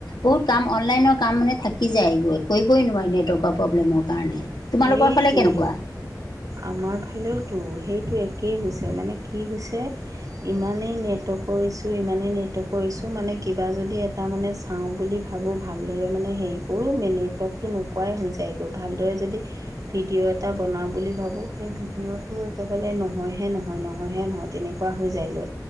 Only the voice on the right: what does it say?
সেইটোৱেই
আমাৰ ফালেওতো সেইটো একেই হৈছে মানে কি হৈছে ইমানেই নেটৱৰ্কৰ ইচ্যু- ইমানেই নেটৱৰ্কৰ ইচ্যু, মানে কিবা যদি এটা মানে খাওঁ বুলি ভাবোঁ ভালদৰে মানে হেৰি কৰোঁ, নেটৱৰ্কটো নোপোৱাই হৈ যায়গৈ, ভালদৰে যদি ভিডিঅ' এটা বনাও বুলি ভাবো, সেই ভিডিঅ'টো একেবাৰে নহয়হে নহয়- নহয়হে নহয়, তেনে কোৱা হয় যায়গৈ।